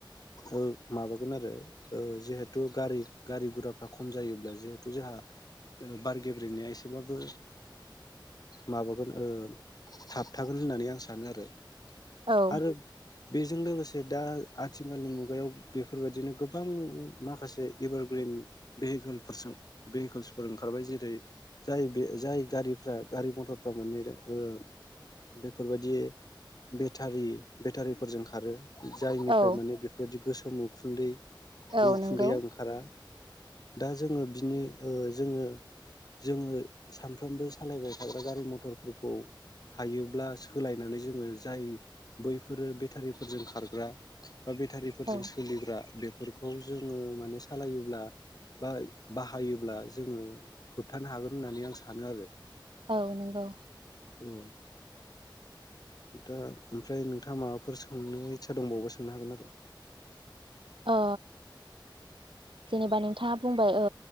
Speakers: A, on the left (about 50°); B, on the right (about 85°).
A: ओ माबागोन आरो ओ जिहेथु गारि गारि गुराफ्रा खम जायोब्ला जिहेथु जोंहा बार गेब्रेंनाया एसेबाबो माबागोन ओ थाबथागोन होननानै आं सानो आरो।
B: औ
A: आरो बेजों लोगोसे दा आथिखालनि मुगायाव बेफोरबायदिनो गोबां माखासे एभारग्रिन भेहिकोलफोरजों भेहिकोलसफोर ओंखार बै जेरै जाय बे जाय गारिफ्रा गारि मथरफ्रा माने ओ बेफोरबायदि बेटारि बेटारिफोरजों खारो जायनिफ्राय
B: औ
A: माने बेफोरबायदि गोसोम उखुन्दै
B: औ
A: उखुन्दैया
B: नंगौ
A: ओंखारा दा जोङो बिनि ओ जोङो जोङो सानफ्रोमबो सालायबाय थाग्रा गारि मथरफोरखौ हायोब्ला सोलायनानै जोङो जाय बैफोरो बेटारिफोरजों खारग्रा बा बेटारिफोरजों
B: औ
A: सोलिग्रा बेफोरखौ जोङो माने सालायोब्ला बा बाहायोब्ला जोङो होबथानो हागोन होननानै आं सानो आरो।
B: औ नोंगौ।
A: औ। दा ओमफ्राय नोंथाङा माबाफोर सोंनो इस्सा दंबावोबा सोंनो हागोन आरो।
B: ओ जेनेबा नोंथाङा बुंबाय ओ